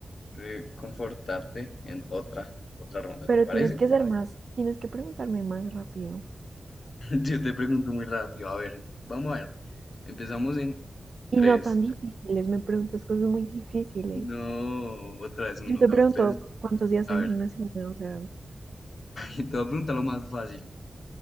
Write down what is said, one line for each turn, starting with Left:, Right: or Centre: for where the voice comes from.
Left: reconfortarte en otra, otra ronda,
Right: Pero
Left: ¿te parece?
Right: tienes que ser más, tienes que preguntarme más rápido.
Left: <laughs> Yo te pregunto muy rápido, a ver, vamos a ver. Empezamos en
Right: Y
Left: tres.
Right: no tan difíciles, me preguntas cosas muy difíciles.
Left: No, otra vez uno,
Right: Yo te
Left: dos,
Right: pregunto
Left: tres.
Right: cuántos días
Left: A
Right: hay
Left: ver,
Right: en una
Left: <laughs>
Right: semana, o sea,
Left: te voy a preguntar lo más fácil.